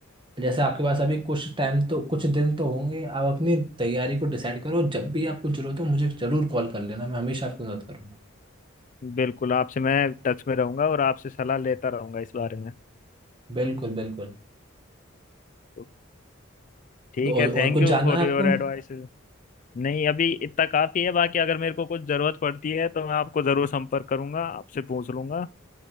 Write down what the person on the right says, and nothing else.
जैसे आपके पास अभी कुछ टाइम तो कुछ दिन तो होंगे आप अपनी तैयारी को डिसाइड करो जब भी आपको जरूरत हो मुझे ज़रूर कॉल कर लेना मैं हमेशा आपकी मदद करूंगा
बिल्कुल बिल्कुल
तो और,
और
कुछ
जानना
है आपको